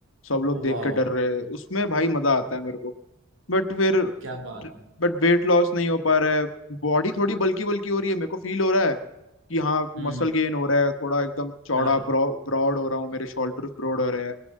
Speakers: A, on the left (about 75°); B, on the right (about 75°).
A: सब लोग
B: ओ
A: देख
B: वाह
A: के डर रहे हैं उसमें भाई मजा आता है मेरे को बट फिर
B: क्या बात है
A: बट वेट लॉस नहीं हो पा रहा है बॉडी थोड़ी बल्की बल्की हो रही है मेरे को फील हो रहा है कि हाँ
B: हम्म
A: मसल गेन हो रहा है थोड़ा एकदम चौड़ा
B: हाँ
A: ब्रॉड हो रहा हूँ मेरे शोल्डर्स ब्रॉड हो रहे हैं